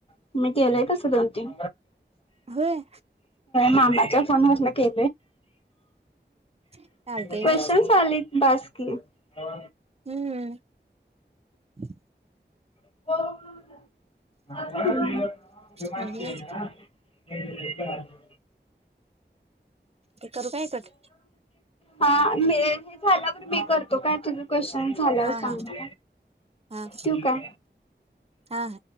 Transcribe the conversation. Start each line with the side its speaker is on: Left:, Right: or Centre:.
Left: <unintelligible> मती केले तरस दोन तीन
Right: होय
Left: मामाच्या. फोन न के
Right: चालतंय
Left: क्वेशचन
Right: की
Left: आले बासकी. हो.
Right: हम्म. हम्.
Left: <unintelligible> ह
Right: बघूया
Left: <inaudible>
Right: ते करू काय. कट
Left: हा म <inaudible> झाल्यावर मी करतो काय त क्वेशचन झाल्यावर
Right: हा
Left: सांग.
Right: हा हा
Left: तू का.
Right: हा हा